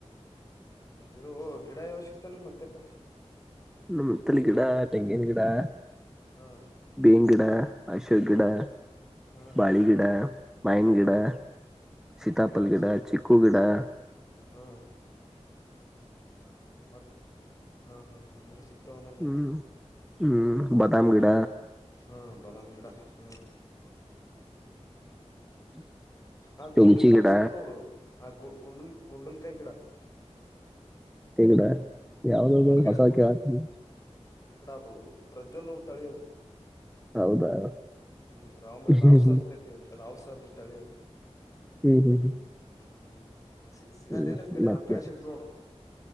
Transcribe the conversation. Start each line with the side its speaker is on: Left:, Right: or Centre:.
Left: ಮತ್ತಿದು ಗಿಡ ಯಾವ ಸಿಕ್ತಾವ್ ನಿಮ್ಮಹಂತೆಕ್
Centre: ಮತ್ತಳ ಗಿಡಾ ಟೆಂಗಿನ ಗಿಡಾ
Left: ಹಾ
Centre: ಬೇನ್ ಗಿಡಾ ಅಶೋಕ್
Left: ಹಾ
Centre: ಗಿಡಾ
Left: ಹಾ
Centre: ಬಾಳಿಗಿಡ ಮಾಯನಗಿಡಾ
Left: ಹಾ
Centre: ಸೀತಾಪಲ್ಗಿಡಾ
Left: ಮಾನಿಗಗಡೆ ಸಿಗ್ತಾವ
Centre: ಚಿಕ್ಕೂಗಿಡಾ
Left: ಹಾ ಹಾ ಮತ್ ಹಾ ಹಾ ಹಾ ಅಂದ್ರ ಸಿಗ್ ತಾವ್ ಅಣ್ಣಂಗ್
Centre: ಹ್ಮ್
Left: ಆತು
Centre: ಹ್ಮ್ ಬಾದಾಮ್
Left: ಮತ್ತ
Centre: ಗಿಡ
Left: ಹಾ ಬಾದಾಮ್ ಗಿಡಾ ಹಾ
Centre: <inaudible>
Left: ಆ
Centre: ತುಳಸಿ
Left: ಗುಂಡ ಗಿಡಾ
Centre: ಗಿಡ
Left: ಸಿಗತ್ ನೋಡು ಆ ಗು ಗುಂಡಲ್ ಗುಂಡಲ್ಕಾ ಗಿಡಾ
Centre: ಕೆಂಗಡಾ ಯಾವ್ದದು
Left: ಗಿಡ
Centre: ಹೊಸ
Left: ಗುಂಡು
Centre: ಕೆಳಾತಿ
Left: ಗಿಡ <inaudible> ಪ್ರಜ್ವಲ್ ಅವರ ತಗೋ
Centre: ಹೌದಾ
Left: ಹ್ಮ್ ರಾಮ ರಾವ್
Centre: ಹ್ಮ್
Left: ಸರ್ದ ಕಿಯರು ರಾವ್ ಸರ್ದ ತಗೋ
Centre: ಹ್ಮ್ ಹ್ಮ್
Left: ಹ್ಮ್ ಹ್ಮ್ ಸಿಗ್ ಸಿಗಲ್ಲೇ
Centre: ಹ್ಮ್
Left: ನಿಮ್ ಕಡೆ
Centre: ಮತ್ತೆ
Left: ನಮ್ಮ ಕಡೆ ಸಿಗ್ತ ನೋಡ್ <inaudible>